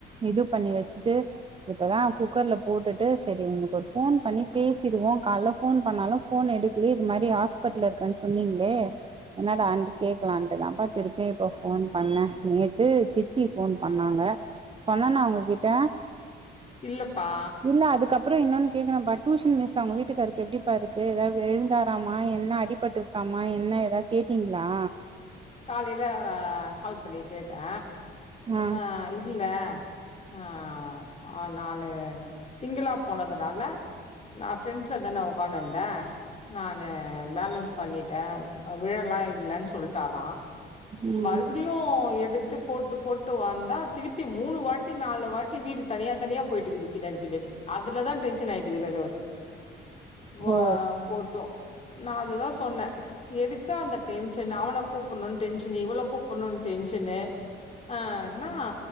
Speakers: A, on the right; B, on the left.
A: இது பண்ணி வச்சுட்டு இப்பதா குக்கர்ல போட்டுட்டு செரி உங்களுக்கு ஒரு ஃபோன் பண்ணி பேசிடுவோ காலைல ஃபோன் பண்ணாலு ஸ் ஃபோன் எடுக்கலேயே இது மாரி ஹாஸ்பிடல்ல இருக்கனு சொன்னீங்களே என்னடா அன்ட்டு கேக்கலான்ட்டு தா அப்ப திருப்பியு இப்ப ஃபோன் பண்ணே நேத்து சித்தி ஃபோன் பண்ணாங்க சொன்னன்னா உங்ககிட்ட
B: இல்லப்பா
A: இல்ல அதுக்கப்புறோ இன்னொன்னு கேக்கணு டியூஷன் மிஸ் அவங்க வீட்டுக்காருக்கு எப்டிப்பா இருக்கு ஏதாவது எழுந்தராமா என்ன அடிப் பட்ருக்காமா என்ன ஏதாவது கேட்டீங்களா
B: காலில கால் பண்ணி கேட்டே
A: ஆ
B: அ இல்ல அ நானு சிங்கள போனதுனால நா ஃப்ரெண்ட்ஸ்ஸா தா நா ஒக்கான்னுந்த நானு பேலன்ஸ் பண்ணிட்டே அ விழல்லா இல்லன்னு சொல் ட்டாரா
A: ம்
B: மறுபடியு எடுத்து போட்டு போட்டு வந்தா திருப்பி மூணு வாட்டி நாலு வாட்டி வீடு தனியா தனியா போயிட்டுக்குது பின்னாடி பின்னாடி அதுலதா டென்ஷன் ஆயிட்டுக்கிறாரு அவரு வ
A: ஓ
B: போட்டோ நா அதுதா சொன்னே எதுக்கு அந்த டென்ஷனு அவன கூப்புட்ணுனு டென்ஷனா இவள கூப்புட்ணுனு டென்ஷனு ஆ ன்னா